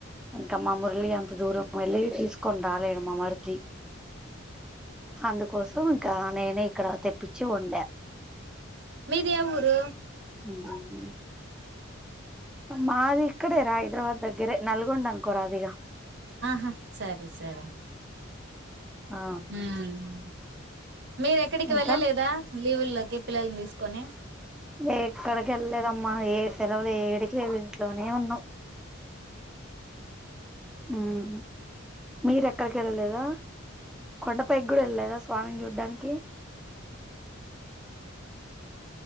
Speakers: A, in the centre; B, on the right.
A: ఇంకా మా మురళి అంత దూరం వెళ్ళి తీసుకొని రాలేడు మా మర్ది అందుకోసం ఇంకా నేనే ఇక్కడ తెప్పి చు ఉండే
B: ది ఏ ఊరు
A: హ్మ్ హు మాది ఇక్కడే రా హైదరాబాద్ దగ్గరే నల్గొండ అనుకోరా అదిగ
B: ఆహా సరే సరే మ్మ్
A: ఆ
B: మీరు ఎక్కడికి
A: ఇంకా
B: వెళ్ళలేదా లీవుల్లోకి పిల్లల్ని తీసుకొని
A: ఏక్కడికి వెళ్లేదమ్మా ఏ సెలవులు ఏడికి లేదు ఇంట్లోనే ఉన్నా మ్మ్ హు మీరు ఎక్కడికి వెళ్ళలేదా కొండపైకి కూడా వెళ్ళలేదా స్వామిని చూడ్డానికి